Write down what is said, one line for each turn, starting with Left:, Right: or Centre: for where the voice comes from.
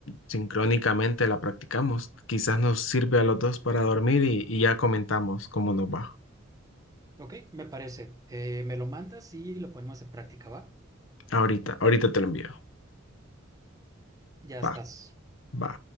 Left: sincrónicamente la practicamos. Quizás nos sirve a los dos para dormir y, y ya comentamos cómo nos va.
Right: Ok, me parece. Eh, me lo mandas y lo ponemos en práctica, ¿va?
Left: Ahorita, ahorita te lo envío.
Right: Ya estás.
Left: Va, va.